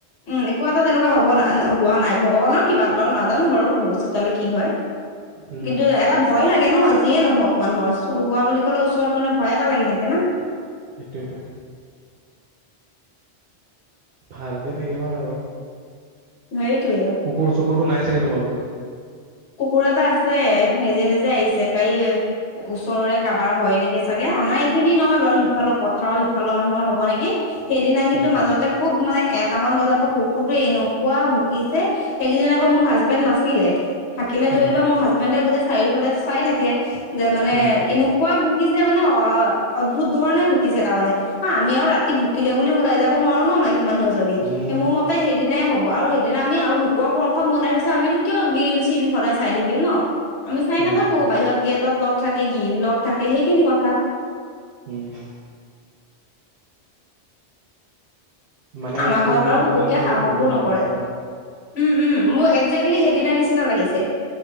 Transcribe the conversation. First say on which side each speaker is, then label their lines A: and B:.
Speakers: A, on the left (about 70°); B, on the right (about 65°).
A: উম, একো এটা তেনেকুৱা হ'ব ন' হোৱা নাই ভগৱানৰ কিপাত বাৰু নাজানো বাৰু ভৱিষ্যতলৈ কি হয়
B: উম,
A: কিন্তু এটা ভয় লাগে ন' যিয়ে নহওক মানুহৰ চুৰ হোৱা বুলি ক'লে ওচৰত মানে ভয় এটা লাগি থাকে না।
B: এইটোৱেটো। ভালকে থাকিবা আৰু।
A: সেইটোৱে
B: কুকুৰ চোকুৰতো নাই চাগে তোমালোকৰ?
A: কুকুৰ এটা আছে, সেইটো নিজে নিজে আহিছে, কাই ওচৰৰে কাবাৰ হয় নেকি চাগে, আমাৰ এইখিনি নহয় বাৰু সিফালৰ পথাৰৰ সিফালৰ মানুহৰ হ'ব নেকি। সেইদিনা কিন্তু
B: উম,
A: মাজতে খুব মানে এট টামান বজাৰপৰা কুকুৰটো এনেকুৱা ভুকিছে, সেইকেইজন আকৌ মোৰ হাজবেণ্ড নাছিলে। থাকিলে
B: উম,
A: ধৰি লোৱা মোৰ হাজবেণ্ডে গোটেই চাৰিওফালে চাই থাকে যে মানে
B: উম,
A: এনে কই ভুকিছে মানে অ-অদ্ভুত ধৰণে ভুকিছে তাৰমানে। আ, আমি আৰু ৰাতি ভুকিলে বুলিও ওলাই যাব নোৱাৰো ন' মাইকী মানুহ এজনি।
B: উম,
A: মোৰ মতে সেইদিনাই হ'ব আৰু সেইদিনা আমি আৰু লোকৰ ঘৰখন বনাই থৈছে, আমিনো কিয় গিৰিল চিল তিন সদাই চাই থাকিম ন'? আমি চাই নাথাকো,
B: উম,
A: বাহিৰত গেটত লগ থাকে, ঘিৰিল লগ থাকে সেইখিনি কথা।
B: উম। মানে
A: আমাৰ
B: চুৰ
A: ঘৰত বাৰু
B: হোৱা
A: বুবুক্কে
B: দিনাখনে
A: সাহসো
B: কুকুৰটোৱে
A: নকৰে।
B: ভুকিছে ন?
A: উম, উম, মোৰ একজেক্টলি সেইদিনা নিচিনা লাগিছে।